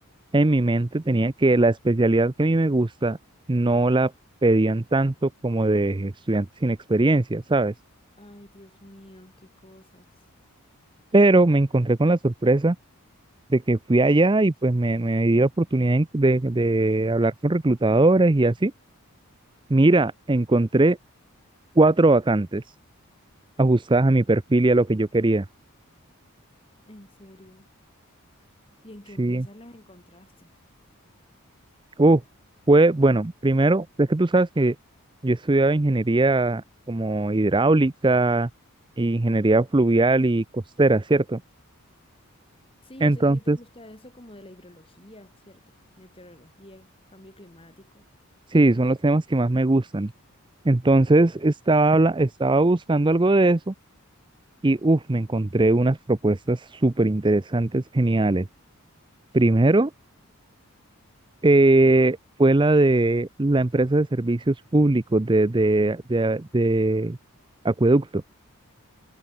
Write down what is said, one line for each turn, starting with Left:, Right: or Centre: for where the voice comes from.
Right: en mi mente tenía que la especialidad que a mí me gusta no la pedían tanto como de estudiantes sin experiencia, ¿sabes?
Left: Ay, Dios mío, qué cosas.
Right: Pero me encontré con la sorpresa de que fui allá y pues me, me di la oportunidad de, de hablar con reclutadores y así. Mira, encontré cuatro vacantes. ajustadas a mi perfil y a lo que yo quería.
Left: En serio. ¿Y en qué
Right: Sí.
Left: empresas las encontraste?
Right: Uh, fue, bueno, primero, es que tú sabes que yo estudiaba ingeniería como hidráulica, y ingeniería fluvial y costera, ¿cierto?
Left: Sí,
Right: Entonces,
Left: yo sé que a ti te gusta eso como de la hidrología, ¿cierto? Meteorología, cambio climático.
Right: sí, son los temas que más me gustan. Entonces, estaba, habla- estaba buscando algo de eso y, uff, me encontré unas propuestas súper interesantes, geniales. Primero, eh, fue la de la empresa de servicios públicos de, de, de, de Acueducto.